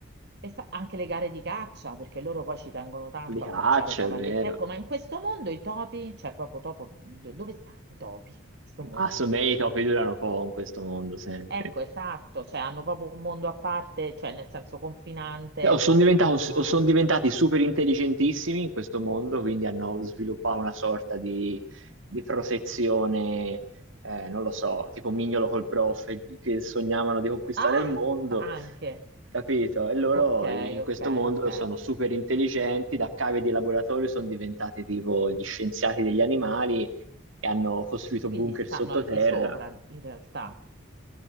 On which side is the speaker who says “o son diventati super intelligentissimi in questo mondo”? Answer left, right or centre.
Right